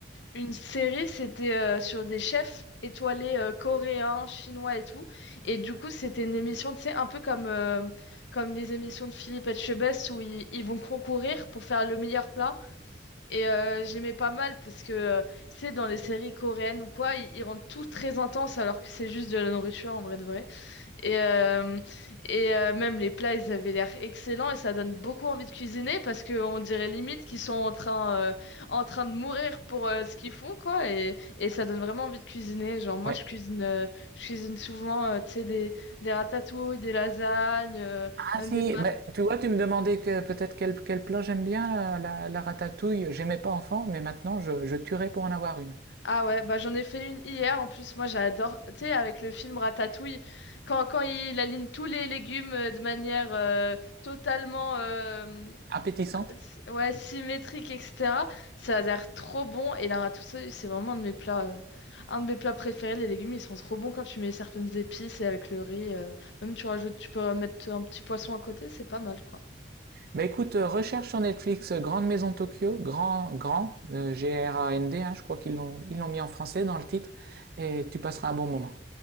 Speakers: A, on the left; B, on the right.
A: une série, c'était euh, sur des chefs étoilés euh, coréens, chinois et tout. Et du coup, c'était une émission, tu sais, un peu comme, euh, comme les émissions de Philippe Etchebest où ils, ils vont concourir pour faire le meilleur plat. Et euh, j'aimais pas mal parce que, euh, tu sais, dans les séries coréennes ou quoi, ils, ils rendent tout très intense alors que c'est juste de la nourriture en vrai de vrai. Et, euh, et euh, même les plats, ils avaient l'air excellents et ça donne beaucoup envie de cuisiner parce qu'on dirait limite qu'ils sont en train, euh, en train de mourir pour euh, ce qu'ils font, quoi. Et, et ça donne vraiment envie de cuisiner. Genre, moi,
B: ouais.
A: je cuisine, euh, je cuisine souvent, euh, tu sais, des, des ratatouilles, des lasagnes, euh,
B: Ah
A: même
B: si,
A: des
B: bah, tu vois, tu me demandais que, peut-être quel, quel plat j'aime bien, la, la, la ratatouille. J'aimais pas enfant, mais maintenant je, je tuerais pour en avoir une.
A: Ah ouais, bah j'en ai fait une hier. En plus, moi j'adore, tu sais, avec le film Ratatouille, quand, quand il aligne tous les légumes euh, de manière euh, totalement euh,
B: Appétissante.
A: s- ouais, symétrique, etc. Ça a l'air trop bon. Et la ratatouille, c'est vraiment un de mes plats, euh, un de mes plats préférés. Les légumes, ils sont trop bons quand tu mets certaines épices et avec le riz. euh, même tu rajoutes, tu peux mettre un petit poisson à côté, c'est pas mal quoi.
B: Bah écoute, euh, recherche sur Netflix euh, Grande Maison Tokyo, grand, grand, euh, G-R-A-N-D, hein, je crois qu'ils l'ont, ils l'ont mis en français dans le titre, et tu passeras un bon moment.